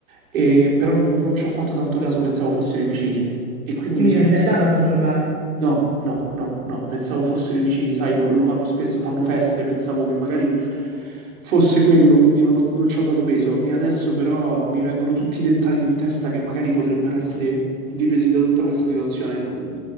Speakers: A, on the right; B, on the right.
A: e però non ci ho fatto tanto caso, pensavo fossero i vicini e quindi
B: Quindi
A: mi sono
B: non sei
A: messo
B: andata
A: a dormire.
B: a controllare.
A: No, no, no, no, pensavo fossero i vicini, sai, lo, lo fanno spesso, fanno feste, pensavo che magari fosse quello, quindi non, ho- non ci ho dato peso. E adesso però mi vengono tutti i dettagli in testa che magari potrebbero essere dipesi da tutta questa situazione. Non,